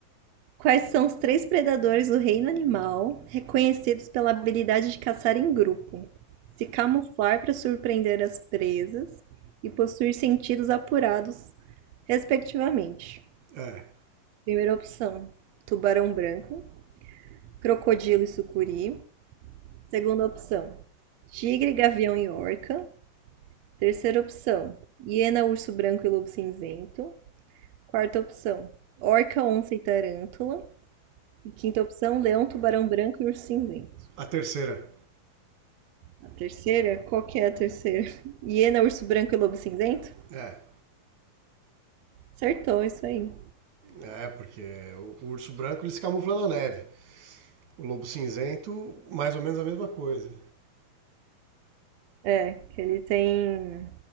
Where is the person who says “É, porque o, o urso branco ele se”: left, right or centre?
Right